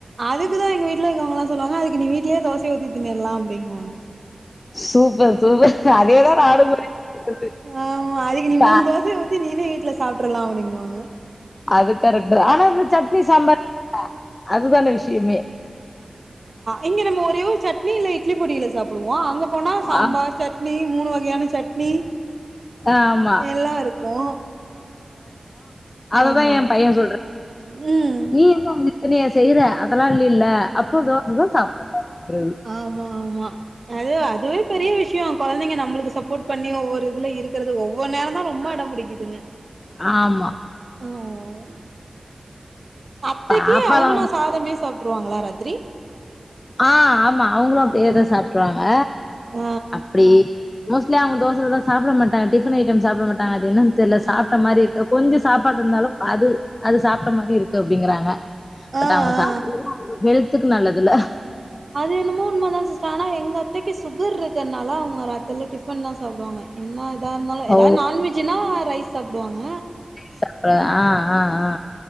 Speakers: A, on the right (about 50°); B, on the left (about 40°).
A: அதுக்குதா எங்க வீட்ல எங்க அம்மாலா சொல்லுவாங்க அதுக்கு நீீ வீட்லயே தோசைய ஊத்தி திண்ணட்லா அப்டிங்குவாங்க
B: சூப்பர் சூப்பர். அதேதான் நானும் சொல்லிட்ருக்கறது.
A: ஆமா அதுக்கு நீ மூணு
B: அ
A: தோசைய ஊத்தி நீனே வீட்ல சாப்ட்றல்லா அப்டிங்குவாங்க
B: அது கரெக் டுதா ஆனா அந்த சட்னி சாம்பார் அது தான விஷயமே
A: இங்கெ நம்ம ஒரே ஒரு சட்னி இல்ல இட்லி பொடியில சாப்புடுவோ அங்க போனா சாம்பார்
B: ஆ
A: சட்னி மூணு வகையான சட்னி
B: ஆமா.
A: எல்லா இருக்கு
B: அததா
A: ஆமா
B: எம் பைய சொல்ற
A: ம்
B: நீ என்ன <unintelligible> னியா செய்ற அதெல்லா இல்லீல அப்போ தோசதா சாப்டனு
A: ஆமா ஆமா அது அதுவே பெரிய விஷயோ கொழந்தைங்க நம்முளுக்கு சப்போட் பண்ணி ஒவ்வொரு இதுல இரு க்குறது ஒவ்வொர் நேரந்தா ரொம்ப அடம் புடிக்கிதுங்க
B: ஆமா.
A: ம் <unintelligible> அத்தக்கி
B: பாப்பாலாம்
A: அவுங்களு சாதமே சாப்ட்ருவாங்களா ராத்ரி
B: ஆ ஆமா அவுங்குளு அப்டியே தா
A: ம்
B: சாப்ட்ருவாங்க
A: ஆ
B: அப்டி மோஸ்ட்லி அவங்க தோ சலா சாப்பட மாட்டாங்க டிஃபன் ஐட்டம் சாப்பட மாட்டாங்க அது என்னன் தெர்ல சாப் ட்ட மாரி இருக் கொஞ்ச சாப் பாடு இருந்தாலு அது அது சாப்ட்ட மாரி இருக்கு அப்டிங்கறாங்க
A: ஆ ஆ
B: பட் அவங்க
A: ஆ
B: சாப் <inaudible> ஹெல்த் ஹெல்த்துக்கு நல்லதில்ல
A: அதென்னமோ உண்மதா சிஸ்டர் ஆனா எங்க அத்தைக்கு சுகர் இருக் கனால அவங்க ராத்திரில டிஃபன்தா சாப்டுவாங்க என்னா எதா இருந்தாலு
B: ஓ
A: எதா நான்வெஜ்ஜுன்னா ரைஸ் சாப்புடுவாங்க
B: சா ஆ ஆ ஆ